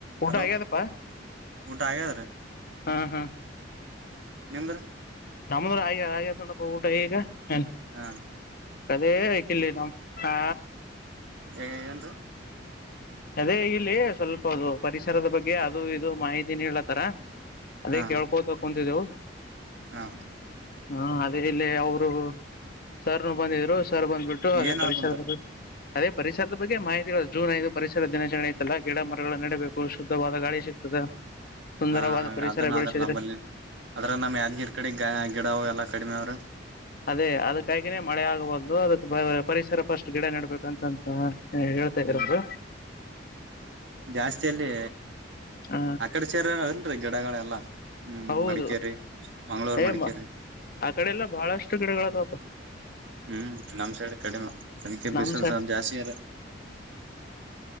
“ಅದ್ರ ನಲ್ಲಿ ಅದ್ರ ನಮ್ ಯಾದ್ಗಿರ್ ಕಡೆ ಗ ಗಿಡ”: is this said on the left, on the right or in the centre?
Right